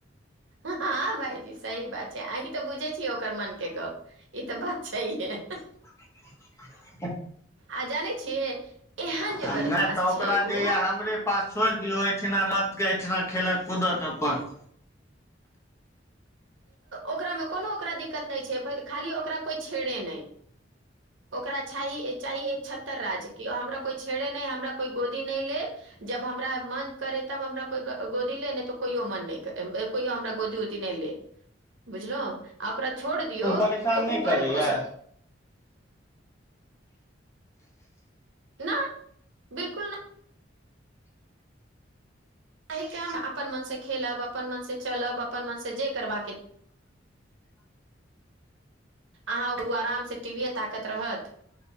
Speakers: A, on the right; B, on the left.
A: हँ भाायजी सही बात छै अहीं तऽ बुझे छियै ओकर मन के गप ई तऽ बात छै हे
B: <unintelligible>
A: आ जानै छियै एहन
B: नहि
A: जे बदमाश
B: तऽ ओकरा
A: छै उ
B: जे य हमरे पास छोड़ एहिठिना रथ के एहिठिना खेलत कूदत अपन
A: ओकरामे कोनो ओकरा दिक्कत नहि छै खाली ओकरा कोइ छेड़े नहि ओकरा चाही चाही एकत्तर राज्यके हमरा कोई छेड़े न हमरा कोई गोदी न ले जब हमरा मन करे तब हमरा कोई गोदी नहि तऽ कहियो मन नहि कहि हमरा गोदी उदी नहिले बुझल आ ओकरा छोड़ दियौ
B: परेशान
A: तऽ
B: नहि
A: ओ
B: करैया
A: बड खुश न बिलकुल नहि तके हम अपन मनसँ खेलब अपन मनसँ चलब अपन मनसँ जे करबाक अहाँ ओ आरामसँ टीवीए ताकत रहत